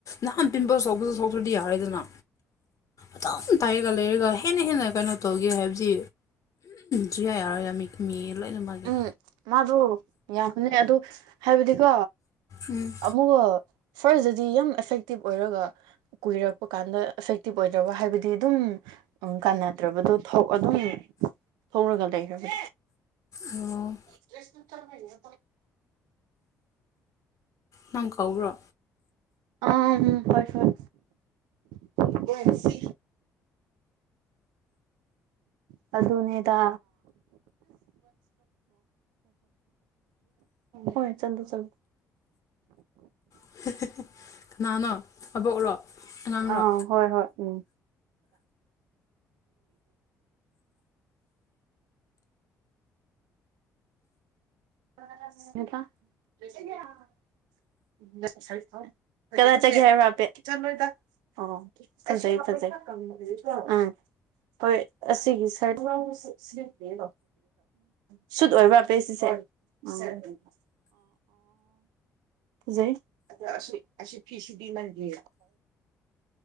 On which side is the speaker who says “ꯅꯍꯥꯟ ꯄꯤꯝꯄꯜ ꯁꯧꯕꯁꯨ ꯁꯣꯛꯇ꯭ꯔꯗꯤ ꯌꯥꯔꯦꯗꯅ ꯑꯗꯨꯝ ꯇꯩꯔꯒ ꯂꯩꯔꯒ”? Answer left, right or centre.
Left